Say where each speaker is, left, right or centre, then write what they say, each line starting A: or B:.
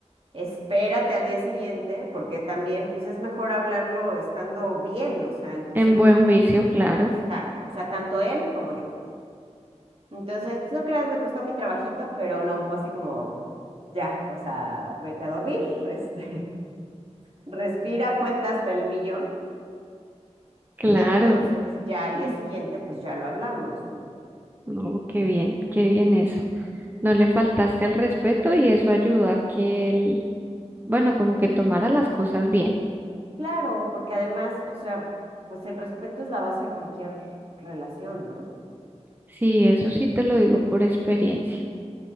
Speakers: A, on the right; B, on the right.
A: espérate al día siguiente, porque también, pues es mejor hablarlo estando bien, o sea, en tus
B: En
A: cinco
B: buen
A: sentidos.
B: juicio, claro,
A: Exacto, o sea, tanto él como yo. Entonces, pues no creas, me costó mi trabajito, pero no, fue así como, ya, o sea, vete a dormir, <laughs> este, respira, cuenta hasta el millón
B: claro.
A: y entonces ya al
B: <laughs>
A: día siguiente,
B: Mm,
A: pues ya lo hablamos, ¿no?
B: No, qué bien, qué bien eso. No le faltaste al respeto y eso ayuda a que el Bueno, como que tomara las cosas bien.
A: Claro, porque además, o sea, pues el respeto es la base de cualquier relación, ¿no?
B: Sí, eso sí te lo digo por experiencia.